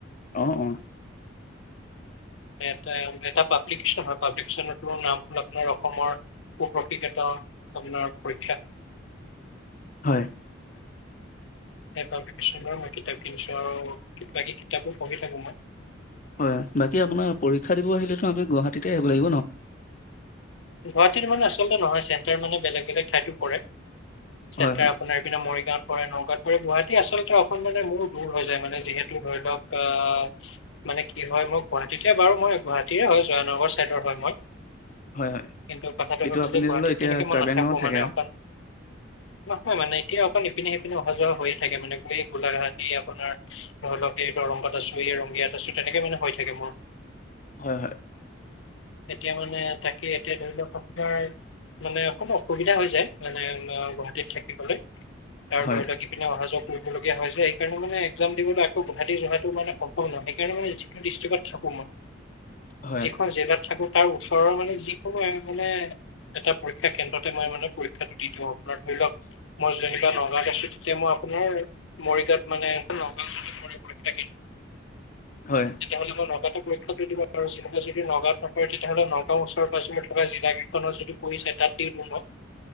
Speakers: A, on the left; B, on the left.
A: অ অ
B: এটা এটা পাবলিকেচন হয় পাবলিকেচনৰ নাম হ'ল আপোনাৰ অসমৰ সুপশিগত আপোনাৰ পৰীক্ষা
A: হয়
B: হেই পাবলিকেচনৰ মই কিতাপ কিনিছোঁ আৰু কিবাকিবি কিতাপো পঢ়ি থাকোঁ মই
A: হয় বাকী আপোনাৰ পৰীক্ষা দিব আহিলেতো আমি গুৱাহাটীতে আহিব লাগিব ন
B: গুৱাহাটীৰ মানে আচলতে নহয় চেণ্টাৰ মানে বেলেগ বেলেগ ঠাইতো পৰে চেণ্টাৰ
A: হয়, হয়,
B: আপোনাৰপিনে মৰিগাঁওত পৰে নগাঁৱত পৰে গুৱাহাটী আচলতে অকন মানে মোৰ দূৰ হৈ যায় মানে যিহেতু ধৰি লওক আহ মানে কি হয় মই গুৱাহাটীতে বাৰু মই গুৱাহাটীৰে হয় জয়ানগৰ ছাইডৰ হয় মই
A: হয়, হয়।
B: কিন্তু কথাটো
A: কিন্তু
B: হ'ল
A: আপুনি
B: যে গুৱাহাটীত
A: ধৰি লওক এতিয়া
B: তেনেকে মই
A: কাৰ্বি
B: নাথাকো
A: আংলঙত থাকে
B: মানে
A: আৰু।
B: অকণ নহয় মানে এতিয়া অকণ ইপিনে সিপিনে অহা যোৱা হৈয়ে থাকে মানে এই গোলাঘাট এই আপোনাৰ ধৰি লওক এই দৰংগত আছো এই ৰঙগিয়াত আছো তেনেকে মানে হৈ থাকে মোৰ
A: হয় হয়
B: এতিয়া মানে তাক কে এতিয়া ধৰি লওক আপোনাৰ মানে অকণ অসুবিধা হৈ যায় মানে অম গুৱাহাটীত থাকিবলৈ তাৰ
A: হয়,
B: ধৰি লওক ইপিনে অহা যোৱা কৰিবলগীয়া হৈছে সেইকাৰণে মানে এক্সাম দিবলৈ আকৌ গুৱাহাটি যোহাটো মানে সম্ভৱ নহয় সেইকাৰণে মানে যিটো ডিষ্ট্ৰিকত থাকোঁ মই
A: হয়,
B: যিখন জিলাত থাকো তাৰ ওচৰৰ মানে যিকোনো মানে এটা পৰীক্ষা কেন্দ্ৰতে মই মানে পৰীক্ষাটো দি থও ধৰি লওক মই যেনিবা নগ গাছিত তেতিয়া মই আপোনাৰ মৰিগাঁৱত মানে নগাৱত গৈ থাকিম
A: হয়,
B: তেতিয়াহ'লে মই নগাৱতো পৰিক্ষাটো দিব পাৰো চিমপিলিচিটি নগাঁৱত নপৰে তেতিয়াহ'লে নগাঁও ওচৰ পাাজৰে থকা জিলা কেইখনৰ যদি পৰিছে তাতে দিম ম